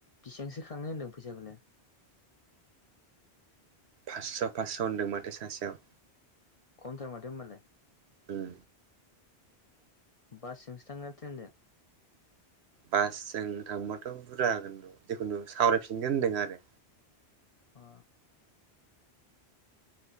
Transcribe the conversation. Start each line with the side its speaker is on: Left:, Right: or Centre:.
Left: बेसेबांसो खांनो होन्दों फैसाखौलाय?
Right: फास्स' फास्स' होनदों माथो सासेयाव
Left: खमथार माथो होनोमबालाय
Right: उम
Left: बासजोंसो थांगोनना ट्रेनजों?
Right: बासजों थांबाथ' बुरजा जागोन' जिखुनु सावरायफिनगोन होनदों आरो।
Left: अ